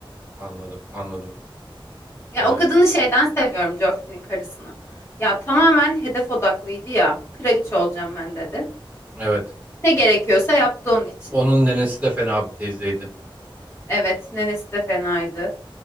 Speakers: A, on the right (about 20°); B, on the left (about 30°).
A: Anladım, anladım.
B: Ya
A: Ee,
B: o kadını şeyden seviyorum Joffrey'nin karısını. Ya tamamen hedef odaklıydı ya. Kraliçe olacağım ben dedi.
A: evet.
B: Ne gerekiyorsa yaptı onun için.
A: Onun nenesi de fena bir teyzeydi.
B: Evet, nenesi de fenaydı.